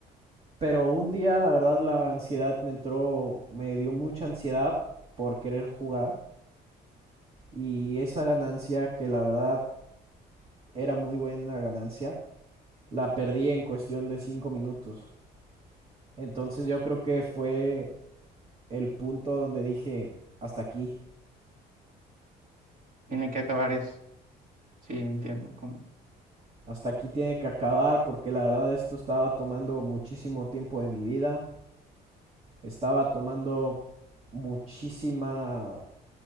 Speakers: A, on the right (about 35°); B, on the right (about 55°).
A: Pero un día, la verdad, la ansiedad me entró, me dio mucha ansiedad por querer jugar y esa ganancia, que la verdad era muy buena ganancia, la perdí en cuestión de 5 minutos. Entonces yo creo que fue el punto donde dije, hasta aquí,
B: Tiene que acabar eso. Sí, entiendo. cómo.
A: hasta aquí tiene que acabar porque la verdad esto estaba tomando muchísimo tiempo de mi vida, estaba tomando muchísima,